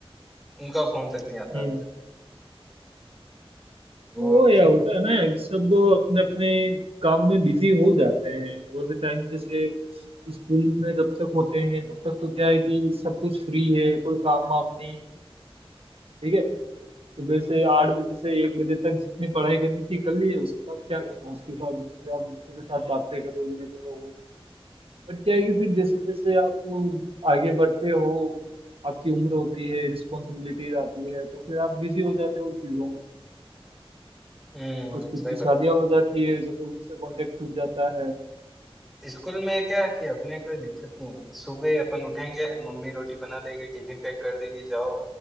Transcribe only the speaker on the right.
हम्म
वो
या
होता
है ना सब अपने अपने काम में बिजी हो जाते हैं और द टाइम जैसे स्कूल में जब तक होते हैं तब तक तो क्या है कि सब कुछ फ्री है कोई काम वाम नहीं ठीक है सुबह से आठ बजे से एक बजे तक जितनी पढ़ाई करनी थी कर ली है उसके बाद क्या करना उसके बाद उसके बाद दोस्तों के साथ बातें करो ये करो वो करो। पर क्या है कि फिर जैसे जैसे आप आगे बढ़ते हो आपकी उम्र होती है रिस्पॉन्सिबिलिटीज आती है तो फिर आप बिजी हो जाते हो उन चीजों में
कुछ कुछ
की शादियां
हो जाती है तो फिर उनसे कांटेक्ट टूट जाता है